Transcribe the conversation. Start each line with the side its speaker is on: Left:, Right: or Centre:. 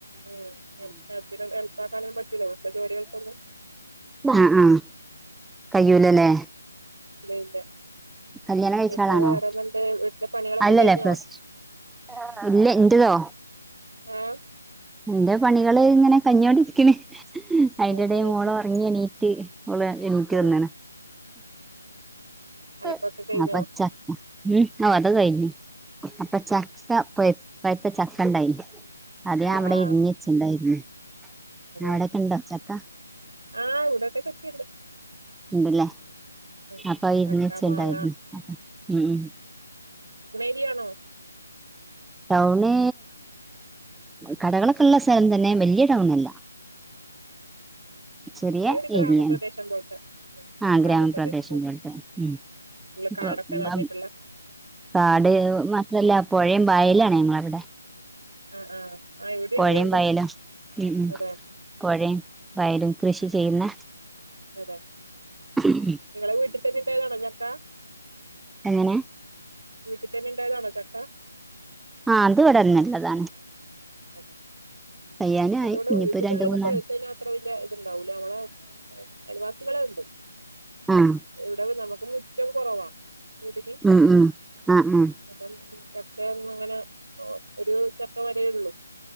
Right: ഉം ഹെൽപ്പിന് ഹെൽപ്പാക്കാനൊന്നും പറ്റൂല വീട്ടിലെ ജോലികൾക്കൊന്നും
Centre: മ് ആഹ് ആഹ് കയ്യൂലല്ലേ
Right: ഇല്ല ഇല്ല
Centre: കല്യാണം കഴിച്ച
Right: പിന്നെ
Centre: ആളാണോ
Right: വേറെന്ത്ണ്ട് വീട്ടിലെ പണികളൊക്കെ
Centre: അല്ലല്ല
Right: കഴിഞ്ഞോ
Centre: പ്ലസ് ടു ഇല്ല ഇന്റതോ
Right: ആഹ്
Centre: ഇന്റെ പണികള് ഇങ്ങനെ കഴ്ഞ്ഞോണ്ടിരിക്കണ്, അയിന്റെടേൽ
Right: ഉം ഉം
Centre: മോള് ഉറങ്ങ്യണീറ്റ് ഓള് എണീറ്റ്
Right: അതെ
Centre: വന്ന്ണ്
Right: അലക്കൊക്കെ
Centre: ആഹ്
Right: കഴിഞ്ഞോ
Centre: പച്ചാ ഉം ഓഹ് അത് കഴിഞ്ഞു അപ്പൊ ചക്ക പഴു പഴ്ത്ത ചക്ക ഉണ്ടായിന് അത് ഞാൻ
Right: ആഹ്
Centre: ഇവിടെ
Right: ആഹ്
Centre: എരിഞ്ഞ് വെച്ചിണ്ടായിരുന്നു,
Right: അതെ
Centre: അവിടൊക്കെ ണ്ടോച്ചക്ക
Right: ആഹ് വിടൊക്കെ ചക്ക ണ്ട്
Centre: ഇണ്ട്ല്ലേ
Right: ഉം
Centre: അപ്പൊ അഅ് എരിഞ്ഞു
Right: ചക്ക
Centre: വച്ചത്
Right: മാങ്ങ
Centre: ണ്ടായിരുന്നു ഉം ഉം
Right: <unintelligible> യാണോ
Centre: ടൗണ് കടകളൊക്കെ ഇള്ള സ്ഥലം തന്നെ വലിയ ടൗണല്ല ചെറിയ
Right: ഇവിടെ ഒരു ഗ്രാമപ്രദേശം
Centre: ഏരിയയാണ്
Right: പോലത്തെ ഉം
Centre: ആ
Right: ഗ്രാമപ്രദേശം പോല
Centre: പോലത്തെ ഉം
Right: ഉള്ള്
Centre: ഇപ്പൊ
Right: കാടൊക്കെ നെറഞ്ഞിട്ടുള്ളെ
Centre: കാട് മാത്രല്ല പുഴയും വയലാണ് ഞങ്ങളവിടെ
Right: ആഹ് ആഹ് ആഹ് എവിടേം
Centre: പുഴയും
Right: അങ്ങനെയുണ്ട്
Centre: വയലും ഉം ഉം
Right: അതെ
Centre: പുഴയും വയലും കൃഷി ചെയ്യുന്ന
Right: അതെ
Centre: ഹ്ഹ് ഹ് ഉം
Right: ങ്ങളെ വീട്ടിൽ തന്നെ ഇണ്ടായ് താണോ ചക്ക
Centre: എങ്ങനെ
Right: വീട്ടിൽ തന്നെ ഇണ്ടായതാണോ ചക്ക
Centre: ആ അത് ഇവിടെന്ന ള്ളതാണ്
Right: അതെ
Centre: കയ്യാനായി
Right: നമുക്ക്‌ ഇവിടെ
Centre: ഇനിയിപ്പോ
Right: വീട്ടിലുള്ളത്
Centre: രണ്ട് മൂന്നാല്
Right: പഴുത്തയ്ഞ്ഞാ അത്ര വല്യേ ഇത്ണ്ടാവൂല നമ്മളെ അയൽവാസികളെ ഉണ്ട്
Centre: ആഹ്
Right: ഇവിടെ പിന്നെ നമുക്ക് മുറ്റം കുറവാ വീട്ടില്
Centre: ആഹ് ആഹ് ആഹ് ആഹ്
Right: അപ്പം ചക്ക ഒന്നങ്ങനെ ഓ ഒരു ചക്ക വരേഉള്ളൂ